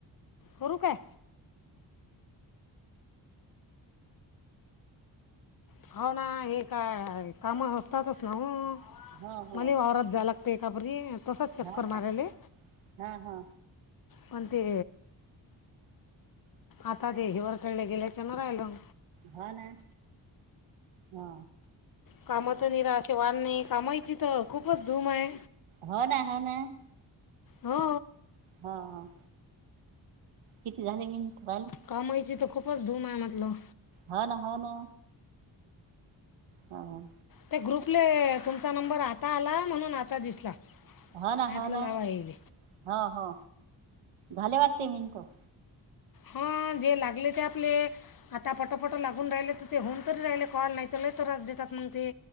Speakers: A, on the left; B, on the right.
A: करू काय. हाव ना हे काय कामं असतातच ना हो
B: हो हो
A: मले ही वावरात जाय लाग ते खापरी तसच चक्कर
B: हो का
A: मारले.
B: हा हा
A: पण ते आता ते हीवर खेळले गेल्याचे ना राहिलं.
B: हा ना हा.
A: कामात निराे वाढ नाही कामायची तर खूपच धूम आहे.
B: हो ना हो ना.
A: हो.
B: हा, हा. किती झाले मिनट झाले?
A: कमाईची तर खूपच धूम आहे म
B: हो ना हो ना. ह.
A: ते ग्रुपले तुमचा नंबर आता आला म्हणून आता दिसला.
B: हो ना
A: हातला
B: हो ना
A: लावा येईल
B: हो हो झाले वाटते मिनटो.
A: हो जे लागले ते आपले. आता पटोपट लागून राहिले तर ते होन कररी राहिले कॉल नाही तर ल त्रच देतात मग ते